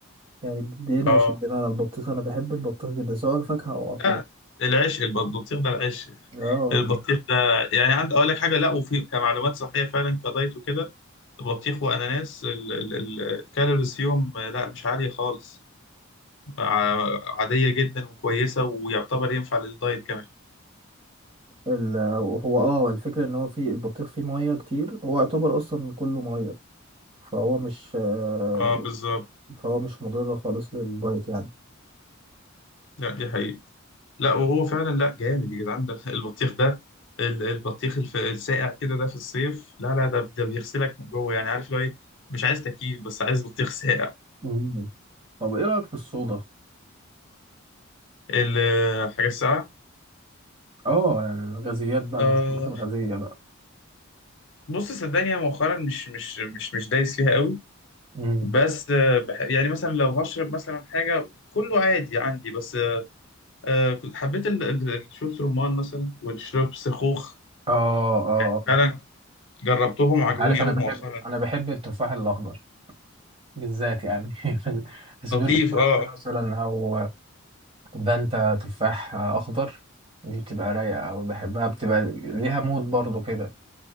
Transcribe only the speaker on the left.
اه
لا العيش الب- البطيخ ده العيش
البطيخ ده يعني عندي اقول لك حاجه لا وفي كمعلومات صحيه فعلا كدايت وكده البطيخ واناناس ال- ال- ال- الكالوريز فيهم لا مش عاليه خالص ع- عادية جدا وكويسة ويعتبر ينفع للدايت كمان
اه بالظبط
لا دي حقيقة لا وهو فعلا لا جامد يا جدعان ده البطيخ ده ال- البطيخ الف- الساقع كده ده في الصيف لا لا ده ده بيغسلك من جوه يعني عارف لو ايه مش عايز تكييف بس عايز بطيخ ساقع
الحاجة الساقعة
آه
بص صدقني أنا مؤخرا مش مش مش مش دايس فيها قوي
بس آه بح- يعني مثلا لو هشرب مثلا حاجة كله عادي عندي بس آه كنت حبيت ال- ال- الشرب رمان مثلا والشرب سخوخ
يعني
فعلا جربتهم وعجبوني
قوي
مؤخرا
لطيف
اه اه